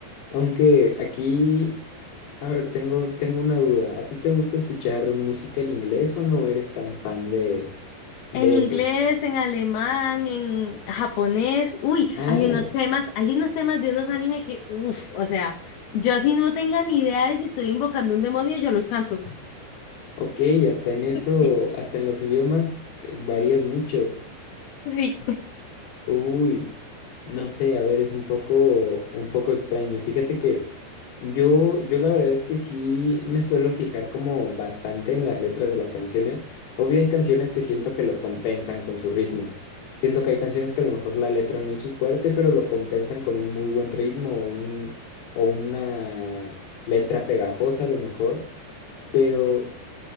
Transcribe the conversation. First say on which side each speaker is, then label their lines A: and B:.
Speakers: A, on the left; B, on the left.
A: Aunque aquí... A ver, tengo, tengo una duda. ¿A ti te gusta escuchar música en inglés o no eres tan fan de, de
B: En inglés,
A: eso?
B: en alemán, en japonés. Uy,
A: Ah,
B: hay unos temas, hay unos temas de unos anime que, uff, o sea, yo así no tenga ni idea de si estoy invocando un demonio, yo los canto.
A: ok, hasta en eso,
B: Sí,
A: hasta en los idiomas eh, varías mucho.
B: sí.
A: Uy, no sé, a ver, es un poco, un poco extraño. Fíjate que yo, yo la verdad es que sí me suelo fijar como bastante en las letras de las canciones. Obvio hay canciones que siento que lo compensan con su ritmo. Siento que hay canciones que a lo mejor la letra no es su fuerte, pero lo compensan con un muy buen ritmo o un, o una letra pegajosa a lo mejor. Pero